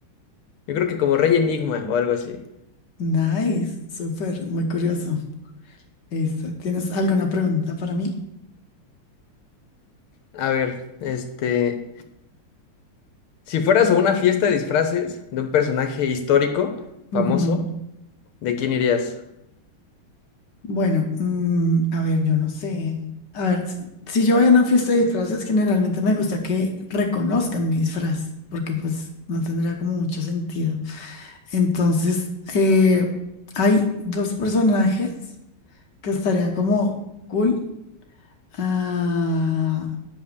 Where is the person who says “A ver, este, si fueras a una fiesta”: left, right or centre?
Left